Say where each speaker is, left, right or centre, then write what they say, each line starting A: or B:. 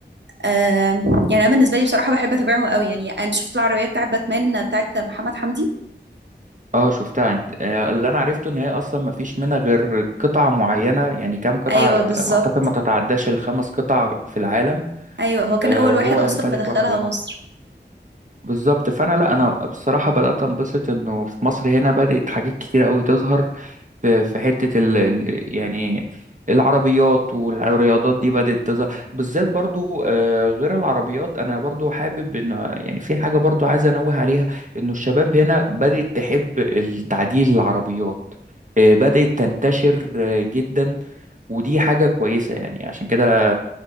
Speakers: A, on the right; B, on the right.
A: آم، يعني انا بالنسبه لي بصراحه بحب اتابعهم قوي يعني انت شفت العربيه بتاعت باتمان بتاعت محمد حمدي
B: اه شفتها انت آه، اللي انا عرفته ان هي اصلا ما فيش منها غير قطع معينه يعني كام قطعه
A: ايوه بالظبط
B: آه، اعتقد ما تتعداش الخمس قطع في العالم
A: ايوه هو كان
B: آه،
A: اول
B: وهو
A: واحد اصلا
B: يمتلك
A: مدخلها
B: واحده
A: مصر
B: بالظبط فانا لا انا بصراحه بدات انبسط انه في مصر هنا بدات حاجات كتير قوي تظهر في في حته ال ال- يعني العربيات والرياضات دي بدات تظهر بالذات برضو آه، غير العربيات انا برضو حابب ان يعني في حاجه برضو عايز انوه عليها انه الشباب هنا بدات تحب التعديل العربيات آه، بدات تنتشر آه، جدا ودي حاجة كويسة يعني عشان كده